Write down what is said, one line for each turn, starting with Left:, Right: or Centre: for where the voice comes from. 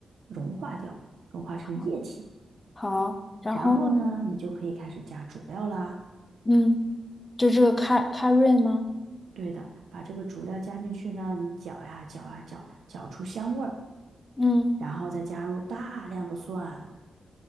Right: 融化掉，融化成液体。
Left: 好，好，然后呢？
Right: 然后呢，你就可以开始加主料啦。
Left: 嗯，就这个咖咖润吗？
Right: 对的，把这个主料加进去呢，你搅呀搅呀搅，搅出香味儿。
Left: 嗯。
Right: 然后再加入大量的蒜，